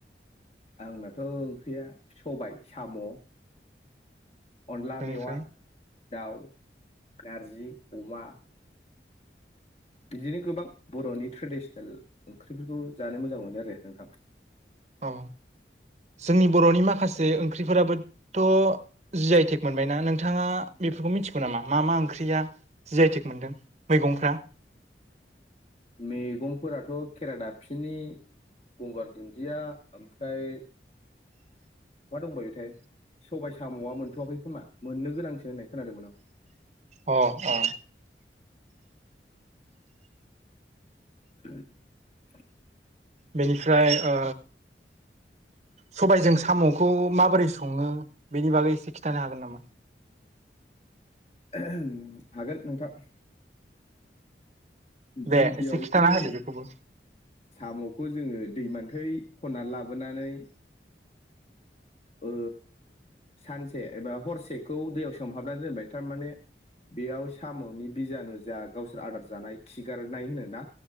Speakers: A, on the left (about 35°); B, on the right (about 40°).
A: आंनाथ' ओंख्रिया सबाय साम' अनला
B: बेनिफ्राय
A: मेवा दाउ नारजि अमा बिदिनो गोबां बर'नि ट्रेडिसनेल ओंख्रिफोरखौ जानो मोजां मोनो आरो नोंथां
B: अ जोंनि बर'नि माखासे ओंख्रिफोराबोथ' जि आइ टेग मोनबायना नोंथाङा बेफोरखौ मिथिगौ नामा मा मा ओंख्रिया जि आइ टेग मोनदों मैगंफ्रा
A: मैगंफोराथ' खेरा दाफिनि गंगार दुन्दिया ओमफ्राय मा दंबावोथाय सबाय साम'आ मोनथ'वाखै खोमा मोननो गोनांसो होननाय खोनादोंमोन आं
B: अ अ
A: <unintelligible>
B: बेनिफ्राय ओ सबाइजों साम'खौ माबोरै सङो बेनि बागै एसे खिथानो हागोन नामा
A: <unintelligible> हागोन नोंथां।
B: दे
A: गिबियावनो
B: एसे खिन्थाना होदो बेखौबो
A: साम'खौ जोङो दैमान बै खनना लाबोनानै ओ सानसे एबा हरसेखौ दैयाव सोमहाबनानै दोनबाय थारमाने बेयाव साम'नि बिजानु जा गावसोर आदार जानाय खिगारनाय होनो ना